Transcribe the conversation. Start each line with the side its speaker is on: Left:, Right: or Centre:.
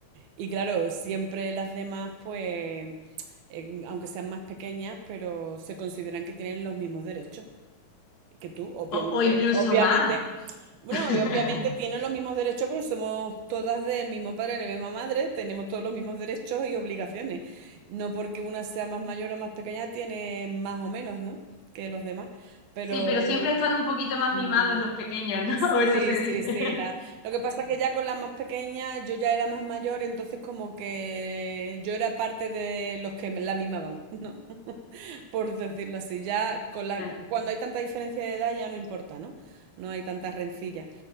Right: Y claro, siempre las demás pues, en- aunque sean más pequeñas, pero se consideran que tienen los mismos derechos que tú. Obviamente,
Left: O, o incluso
Right: obviamente,
Left: más.
Right: bueno,
Left: <laughs>
Right: y obviamente tienen los mismos derechos pero somos todas del mismo padre y la misma madre, tenemos todos los mismos derechos y obligaciones. No porque una sea más mayor o más pequeña, tiene más o menos, ¿no? Que los demás. Pero
Left: Sí, pero siempre están un poquito más
Right: mm,
Left: mimados los pequeños, ¿no? <laughs> O eso
Right: sí,
Left: se
Right: sí,
Left: dice.
Right: sí.
Left: <laughs>
Right: la- Lo que pasa es que ya con las más pequeñas yo ya era más mayor, entonces como que yo era parte de los que la mimaban, ¿no? <laughs> Por decirlo así. Ya con la...
Left: Claro.
Right: cuando hay tanta diferencia de edad ya no importa, ¿no? No hay tantas rencillas.